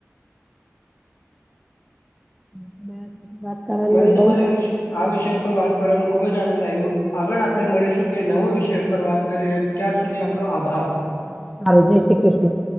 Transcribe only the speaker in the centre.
<unintelligible> વાત કરવાની
બહુ જ
આનંદ આવ્યો
હારું જય શ્રી કૃષ્ણ.